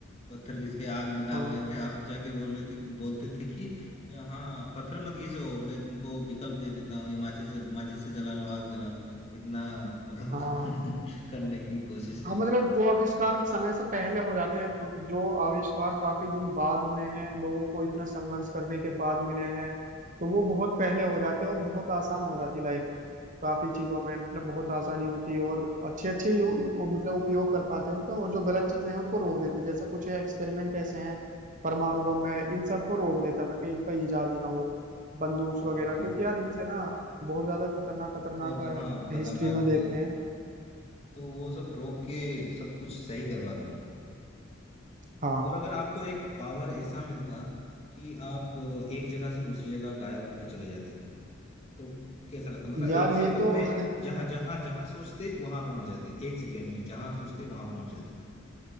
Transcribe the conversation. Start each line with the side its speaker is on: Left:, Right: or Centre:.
Left: पत्थर घिस के आग निकाल
Right: हाँ
Left: रहे थे आप जाके बोल रहे थे बोलते थे कि हाँ पत्थर मत घिसो मैं तुमको विकल्प दे देता हूँ ये माचिस माचिस से जला लो आग जला लो इतना मतलब
Right: हाँ
Left: <laughs> करने की कोशिश
Right: हाँ मतलब वो आविष्कार समय से पहले हो जाते हैं जो आविष्कार काफी दिन बाद हुए हैं लोगों को इतना संघर्ष करने के बाद मिले हैं तो वो बहुत पहले हो जाते हैं और बहुत आसान हो जाती लाइफ काफी चीजों में मतलब बहुत आसानी होती है और अच्छे अच्छे यू, यू- मतलब उपयोग कर पाते हैं उनका और जो गलत चीजें हैं उनको रोक देते हैं जैसे कुछ एक्सपेरिमेंट ऐसे हैं परमाणु बम है इन सबको रोक देता मैं कि इनका इजाद ही ना हो बंदूक
Left: हाँ
Right: वगैरह
Left: हाँ
Right: क्योंकि यार इनसे ना बहुत ज्यादा खतरनाक खतरनाक
Left: बहुत हाँ खतरनाक
Right: हिस्ट्री में देखते हैं
Left: तो वो सब रोक के सब कुछ सही करवाते हैं
Right: हाँ
Left: और अगर आपको एक पावर ऐसा मिलता कि आप एक जगह से दूसरी जगह गायब होके चले जाते तो कैसा लगता मतलब
Right: यार
Left: एक
Right: ये
Left: सेकंड
Right: तो
Left: में
Right: <laughs>
Left: जहां जहां जहां सोचते वहां पहुंच जाते एक सेकंड में जहां सोचते वहां पहुंच जाते